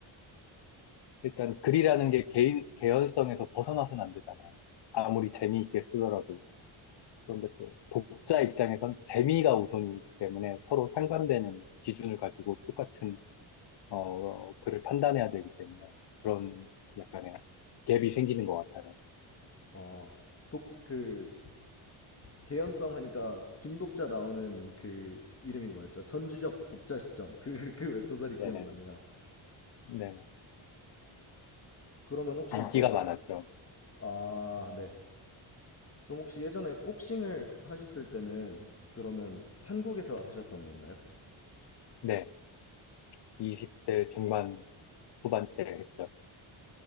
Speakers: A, on the left; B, on the left.
A: 일단 글이라는 게 개인, 개연성에서 벗어나서는 안 되잖아요. 아무리 재미있게 쓰더라도. 그런데 또 독자 입장에선 재미가 우선이기 때문에 서로 상반되는 기준을 가지고 똑같은 어, 글을 판단해야 되기 때문에 그런 약간의 갭이 생기는 것 같아요.
B: 어, 독, 그, 개연성 하니까 김독자 나오는 그 이름이 뭐였죠? 전지적 독자 시점. 그, 그 웹소설이 기억나네요.
A: 네네. 네네.
B: 그러면 혹시
A: 인기가
B: 이제
A: 많았죠.
B: 아, 네. 그럼 혹시 예전에 복싱을 하셨을 때는 그러면 한국에서 하셨던 건가요?
A: 네. 20대 중반, 후반때 했죠.